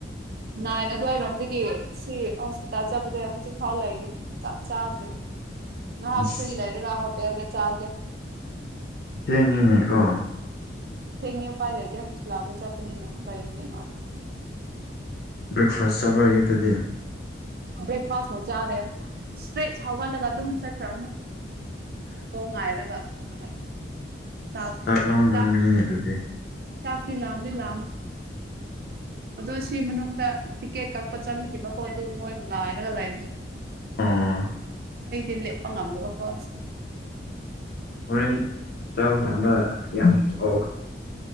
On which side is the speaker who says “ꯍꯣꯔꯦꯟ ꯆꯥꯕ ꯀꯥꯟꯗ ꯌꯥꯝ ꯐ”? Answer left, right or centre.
Left